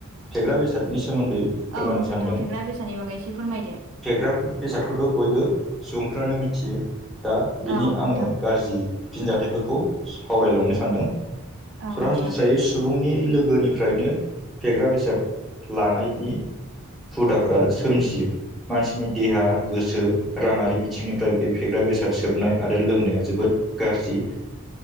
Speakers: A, in the centre; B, on the right (about 65°).
A: फेग्रा बेसादनि सोमोन्दै फोरमायनो
B: औ नोंथां
A: सानदों
B: फेग्रा बेसादनि बागै एसे फोरमायदो।
A: फेग्रा बेसादखौथ' बयबो सुबुंफ्रानो मिथियो दा बिनि
B: औ नोंथां
A: आङो गाज्रि फिनजाथाइफोरखौ सावरायलांनो सानदों
B: औ
A: सरासनस्रायै
B: नोंथां
A: सु सुबुंनि लोगोनिफ्रायनो फेग्रा बेसाद लानायनि हुदाफ्रा सोमजियो मानसिनि देहा गोसो राङारि बिथिंनिफ्राय बे फेग्रा बेसाद सोबनाय आरो लोंनाया जोबोद गाज्रि